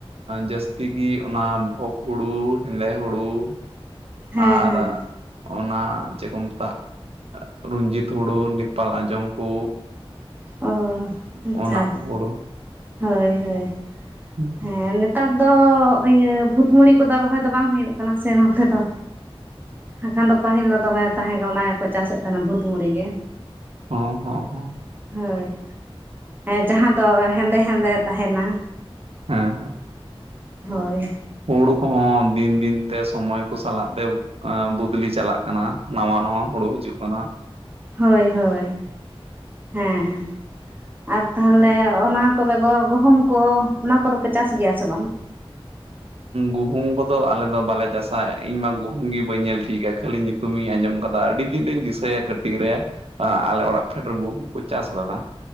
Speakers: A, on the right (about 80°); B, on the right (about 20°).
A: ᱡᱟᱹᱥᱛᱤ ᱜᱮᱤ ᱚᱱᱟ ᱵᱷᱚᱠ ᱦᱩᱲᱩ ᱦᱮᱸᱫᱮ ᱦᱩᱲᱩ
B: ᱦᱮᱸ
A: ᱟᱨ
B: ᱦᱮᱸ
A: ᱚᱱᱟ ᱪᱮᱜ ᱠᱚ ᱢᱮᱛᱟᱹᱜ ᱨᱚᱧᱡᱤᱛ ᱦᱩᱲᱩ ᱱᱮᱯᱟᱞ ᱟᱸᱡᱚᱢ ᱠᱚ
B: ᱚ ᱟᱪᱪᱷᱟ
A: ᱚᱱᱟ
B: ᱼ
A: ᱠᱚ
B: ᱟᱪᱪᱷᱟ
A: ᱦᱩᱲᱩ
B: ᱦᱳᱭᱼᱦᱳᱭ
A: ᱦᱩᱸ
B: ᱦᱮᱸ ᱱᱮᱛᱟᱨ ᱫᱚ ᱤᱭᱟᱹ ᱵᱷᱩᱛ ᱢᱩᱲᱤ ᱠᱚᱫᱚ ᱨᱚᱦᱚᱭ ᱫᱚ ᱵᱟᱝ ᱦᱩᱭᱩᱜ ᱠᱟᱱᱟ ᱥᱮ ᱱᱚᱛᱮ ᱫᱚ ᱦᱟᱠᱷᱟᱱ ᱫᱚ ᱯᱟᱹᱦᱤᱞ ᱫᱚ ᱫᱚᱢᱮ ᱛᱟᱦᱮᱸ ᱠᱟᱱᱟ ᱚᱱᱟ ᱜᱮᱠᱚ ᱪᱟᱥ ᱮᱫ ᱛᱟᱦᱮᱱ ᱵᱷᱩᱛ ᱢᱩᱩᱲᱤ ᱜᱮ
A: ᱦᱚᱸ ᱦᱚᱸ ᱦᱚᱸ
B: ᱦᱳᱭ ᱡᱟᱦᱟᱸ ᱫᱚ ᱦᱮᱸᱫᱮ ᱦᱮᱸᱫᱮ ᱛᱟᱦᱮᱱᱼᱟ
A: ᱦᱮᱸ ᱦᱮᱸ
B: ᱦᱳᱭ
A: ᱦᱩᱲᱩ ᱠᱚᱦᱚᱸ ᱫᱤᱱ ᱫᱤᱱ ᱛᱮ ᱥᱚᱢᱚᱭ ᱠᱚ ᱥᱟᱞᱟᱜ ᱛᱮ ᱵᱚᱫᱞᱤ ᱪᱟᱞᱟᱜ ᱠᱟᱱᱟᱹ ᱱᱟᱣᱟᱹ ᱱᱟᱣᱟᱹ ᱦᱩᱲᱩ ᱦᱤᱡᱩᱜ ᱠᱟᱱᱟᱹ
B: ᱦᱳᱭ ᱦᱳᱭ ᱦᱮᱸ ᱟᱨ ᱛᱟᱦᱚᱞᱮ ᱚᱱᱟ ᱠᱚ ᱵᱮᱜᱚᱨ ᱜᱩᱦᱩᱢ ᱠᱚ ᱚᱱᱟ ᱠᱚᱫᱚ ᱯᱮ ᱪᱟᱥ ᱜᱮᱭᱟ ᱥᱮ ᱵᱟᱝ?
A: ᱜᱩᱦᱩᱢ ᱠᱚᱫᱚ ᱟᱞᱮ ᱫᱚ ᱵᱟᱞᱮ ᱪᱟᱥ ᱟ ᱤᱧ ᱢᱟ ᱜᱩᱦᱩᱢ ᱜᱮ ᱵᱟᱹᱧ ᱧᱮᱞ ᱴᱷᱤᱠ ᱟ ᱠᱷᱟᱹᱞᱤ ᱧᱩᱛᱩᱢ ᱧᱩᱛᱩᱢᱤᱧ ᱟᱸᱡᱚᱢ ᱠᱟᱫᱟ ᱟᱹᱰᱤ ᱫᱤᱱ ᱨᱤᱧ ᱫᱤᱥᱟᱹᱭ ᱟ ᱠᱟᱹᱴᱤᱡ ᱨᱮ ᱟᱞᱮ ᱚᱲᱟᱜ ᱯᱷᱮᱰ ᱨᱮ ᱜᱩᱦᱩᱢ ᱠᱚ ᱪᱟᱥ ᱞᱮᱫᱟ